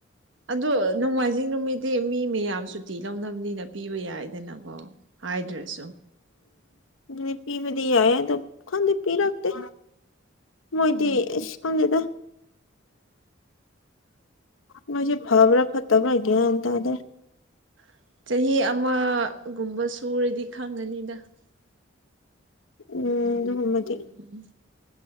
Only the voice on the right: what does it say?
ꯑꯗꯣ ꯅꯣꯡꯃꯥꯏꯖꯤꯡ ꯅꯨꯃꯤꯠꯇꯤ ꯃꯤ ꯃꯌꯥꯝ ꯁꯨꯇꯤ ꯂꯧꯅꯕꯅꯤꯅ ꯄꯤꯕ ꯌꯥꯏꯗꯅꯀꯣ ꯍꯥꯏꯗ꯭ꯔꯁꯨ
ꯎꯝ
<unintelligible>
ꯎꯝ